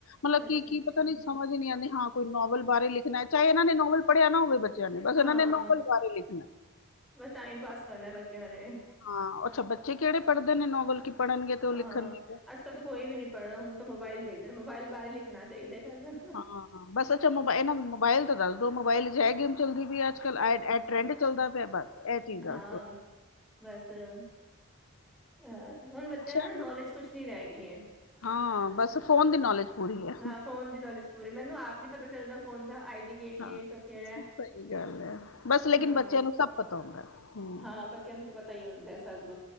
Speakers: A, on the left; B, in the centre.
A: ਮਤਲਬ
B: ਅੱਛਾ-ਅੱਛਾ
A: ਕੀ-ਕੀ ਪਤਾ ਨੀ ਸਮਝ ਈ ਨੀ ਆਂਦੀ ਹਾਂ ਕੋਈ ਨੋਵਲ ਬਾਰੇ ਲਿਖਣਾ ਹੈ ਚਾਹੇ ਏਨਾਂ ਨੇ ਨੋਵਲ ਪੜਿਆ ਨਾ ਹੋਵੇ ਬੱ ਬਸ ਉਹਨਾਂ
B: ਹਾਂ।
A: ਨੇ ਨੋਵਲ ਬਾਰੇ ਲਿਖ
B: ਬਸ ਟਾਈਮ ਪਾਸ ਕਰਨਾ ਬੱਚਿਆਂ ਨੇ।
A: ਹਾਂ ਅੱਛਾ ਬੱਚੇ ਕਿਹੜੇ ਪੜ੍ਹਦੇ ਨੇ ਨੋਵਲ ਪੜ੍ਹਨਗੇ ਤੇ ਉਹ
B: ਹਾਂ
A: ਲਿਖਣਗੇ
B: ਅੱਜ ਕੱਲ੍ਹ ਤੇ ਕੋਈ ਵੀ ਨੀ ਪੜ੍ਹਦਾ ਹੁਣ ਤਾਂ ਮੋਬਾਇਲ ਦੇਖਦੇ ਮੋਬਾਇਲ ਬਾਰੇ ਲਿਖਣਾ ਚਾਹੀਦਾ ਤੁਹਾਨੂੰ।
A: ਹਾਂ ਬਸ ਅੱਛਾ ਮੋਬਾਇਲ ਇਹ ਨਾ ਮੋਬਾਇਲ ਤਾਂ ਦੱਸ ਦੋ ਮੋਬਾਇਲ ਚ ਹੈ ਗੇਮ ਚੱਲਦੀ ਪਈ ਅੱਜ ਕੱਲ ਟਰੈਂਡ ਚੱਲਦਾ ਪਿਆ ਬਸ ਇਹ ਚੀਜ਼ਾਂ
B: ਹਾਂ
A: ਤੋਂ।
B: ਬਸ, ਅਹ ਹੁਣ ਬੱਚਿਆਂ
A: ਚਲੋ
B: ਨੂੰ ਨੌਲੇਜ ਕੁਛ ਨੀ ਰਹਿ ਗਈ ਹੈ।
A: ਹਾਂ ਬਸ ਫੋਨ ਦੀ ਨੌਲੇਜ ਪੂਰੀ ਹੈ।
B: ਹਾਂ ਫੋਨ ਦੀ ਨੌਲੇਜ ਪਰ ਮੈਨੂੰ ਆਪ ਨੀ ਪਤਾ ਚੱਲਦਾ ਫੋਨ ਦਾ ਆਈ ਡੀ ਕਿਹੜੀ
A: ਹਾਂ
B: ਹੈ ਇਹ ਸਭ ਕਿਹੜਾ ਹੈ
A: ਸਹੀ ਗੱਲ ਹੈ ਬਸ ਲੇਕਿਨ
B: ਹਾਂ
A: ਬੱਚਿਆਂ ਨੂੰ ਸਭ ਪਤਾ ਹੁੰਦਾ। ਹਮ,
B: ਹਾਂ ਬੱਚਿਆਂ ਨੂੰ ਤਾਂ ਪਤਾ ਹੀ ਹੁੰਦਾ ਸਭ।